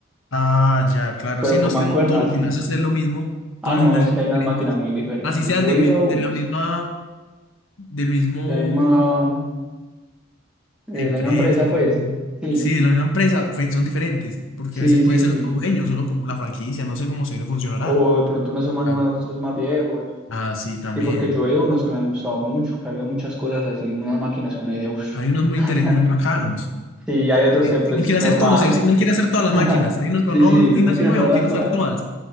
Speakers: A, on the left; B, in the centre.
A: ah, ya, claro.
B: pero
A: Sí, no
B: con
A: es
B: mancuerna
A: que no todos los
B: sí.
A: gimnasios es lo mismo.
B: Ah,
A: Todos
B: no,
A: los gimnasios
B: es que
A: son
B: hay
A: diferentes.
B: unas máquinas muy diferentes,
A: Así sean
B: yo
A: del
B: he ido
A: mismo,
B: a unos,
A: de la misma, del mismo
B: de la misma, de
A: empresa.
B: la misma empresa pues,
A: del-
B: sí,
A: Sí, de la misma empresa, fue- son diferentes. Porque
B: sí,
A: a veces puede
B: sí,
A: ser
B: sí.
A: otro dueño, solo con la franquicia, no sé cómo se funcionará.
B: O de pronto unos son más
A: Claro.
B: nuevos, otros son más viejos.
A: Ah, sí, también.
B: Sí, porque yo veo unos que me han gustado mucho, que había muchas cosas así, unas máquinas que uno dice, uff.
A: Hay unos muy
B: <laughs>
A: interes- muy bacanos.
B: Sí, hay otros
A: Eh,
B: que pues
A: Y- No quiere
B: normal.
A: hacer todos los ejercicios, no quiere hacer todas las
B: <laughs>
A: máquinas. Hay unos cuando
B: Sí, sí,
A: no, un gimnasio
B: uno quiere
A: nuevo,
B: probarlas
A: quiero
B: todas.
A: usar todas